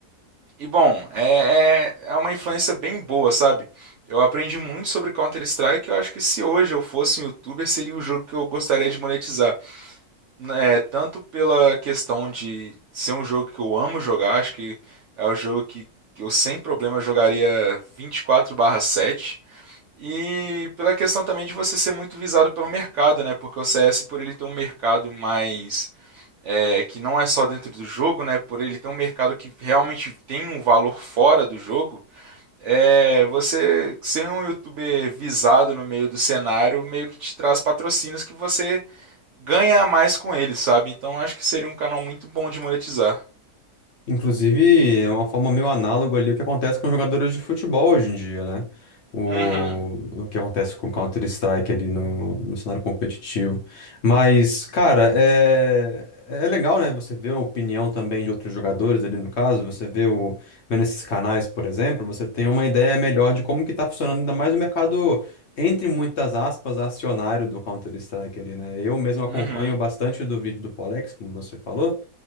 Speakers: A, on the right (about 65°); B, on the left (about 55°).
A: E bom, é, é, é uma influência bem boa, sabe? Eu aprendi muito sobre Counter-Strike. Eu acho que se hoje eu fosse um youtuber, seria o jogo que eu gostaria de monetizar. É, tanto pela questão de ser um jogo que eu amo jogar, acho que é o jogo que, que eu sem problema jogaria vinte e quatro barra sete e pela questão também de você ser muito visado pelo mercado, né? Porque o CS, por ele ter um mercado mais. é, que não é só dentro do jogo, né? Por ele ter um mercado que realmente tem um valor fora do jogo, é, você ser um youtuber visado no meio do cenário meio que te traz patrocínios que você ganha a mais com ele, sabe? Então acho que seria um canal muito bom de monetizar.
B: Inclusive, é uma forma meio análoga ali o que acontece com jogadores de futebol hoje em dia, né? O,
A: Uhum,
B: o que acontece com Counter-Strike ali no, no cenário competitivo. Mas, cara, é, é legal, né? Você vê a opinião também de outros jogadores ali no caso, você vê o, vendo esses canais, por exemplo, você tem uma ideia melhor de como que tá funcionando ainda mais o mercado, entre muitas aspas, acionário do Counter-Strike ali, né? Eu mesmo acompanho
A: uhum,
B: bastante do vídeo do Polex, como você falou.